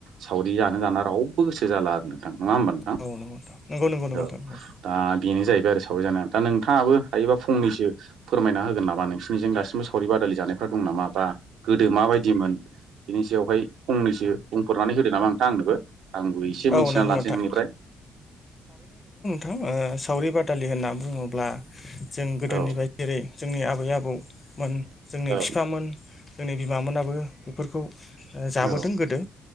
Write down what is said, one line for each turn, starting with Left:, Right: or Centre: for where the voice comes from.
Right: सावरि जानो दाना रावबो गोसो जाला आरो नोंथां। नङा होमबा नोंथां?
Left: औ नंगौ नोंथां नंगौ नंगौ नंगौ नोंथां
Right: औ
Left: नंगौ
Right: दा बेनो जाहैबाय आरो सावरि जानाया दा नोंथाङाबो हायोबा फंनैसो फोरमायना होगोन नामा नोंस्निनिजों दासिमबो सावरि बादलि जानायफ्रा दङ नामा ब्रा गोदो माबायदिमोन बिनि सायावहाय फंनैसो बुंफोरनानै होदो नामा नोंथां आंनोबो आंबो एसे मिथिना
Left: औ नंगौ
Right: लानोसै
Left: नोंथां
Right: नोंनिफ्राय
Left: हो ओ सावरि बादालि होनना बुङोब्ला जों गोदोनि
Right: औ
Left: बायदि जेरै जोंनि आबै आबौमोन जोंनि
Right: औ
Left: बिफामोन जोंनि बिमामोना बो बेफोरखौ ओ जाबोदों
Right: औ
Left: गोदो